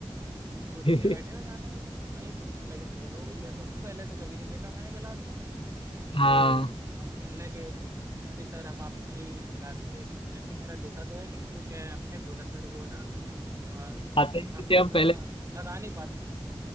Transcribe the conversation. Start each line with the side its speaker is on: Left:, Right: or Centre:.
Right: दो बच्चे
Left: <laughs>
Right: बैठे हुए हैं, यहाँ नहीं नहीं भाई पूछने लगे कौन हो भैया तुम पहले तो कभी नहीं देखा मैंने क्लास में तो
Left: हाँ
Right: हम कहने लगे अरे सर हम आपके ही क्लास के स्टूडेंट हैं। कह रहा देखा तो है नहीं तो क्या हमने बोला सर वो ना आ,
Left: आते ही
Right: हम
Left: थे
Right: लोग
Left: हम
Right: ना
Left: पहले
Right: लगा नहीं पाते थे